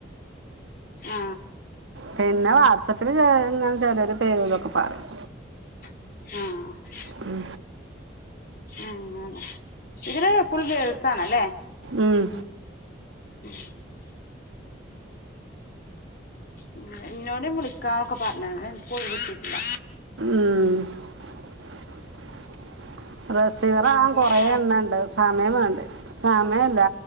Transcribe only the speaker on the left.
ആ
ആഹ്
ആ ആണ് ഇതില് ഫുൾ ഗേൾസ് ആണല്ലേ
ഉം <inaudible> ഉം എന്നോടിം വിളിക്കാന്നൊക്കെ പറ ഞ്ഞ്ണ് എനിക്ക് ഒഴിവ് കിട്ടിട്ടില്ല
അത്
ഞാനാ